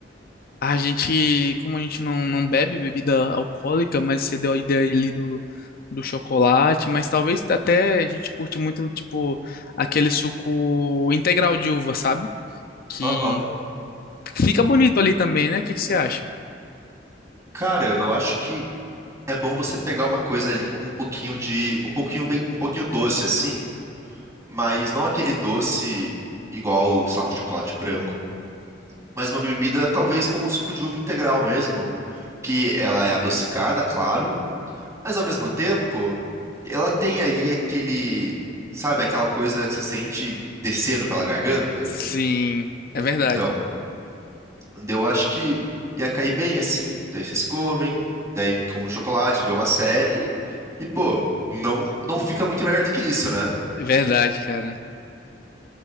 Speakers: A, on the left (about 50°); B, on the right (about 15°).
A: A gente, como a gente não, não bebe bebida alcoólica, mas você deu a ideia ali do, do chocolate, mas talvez até a gente curte muito, tipo, aquele suco integral de uva, sabe? Que
B: Aham.
A: fica bonito ali também, né? O que que você acha?
B: Cara, eu acho que é bom você pegar uma coisa ali com um pouquinho de, um pouquinho bem, um pouquinho doce assim mas não aquele doce igual, sei lá, um chocolate branco, mas uma bebida talvez como o suco de uva integral mesmo, que ela é adocicada, claro, mas ao mesmo tempo ela tem ali aquele, sabe, aquela coisa que você sente descendo pela garganta.
A: Sim, é verdade.
B: Então, daí eu acho que ia cair bem assim, daí vocês comem, daí toma um chocolate, vê uma série e pô, não não fica muito melhor do que isso, né?
A: É verdade, cara.